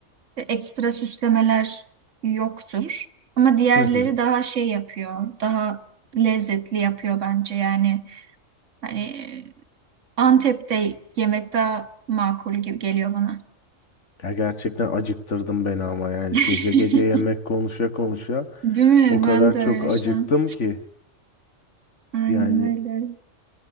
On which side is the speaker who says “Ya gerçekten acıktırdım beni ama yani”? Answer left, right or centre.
Left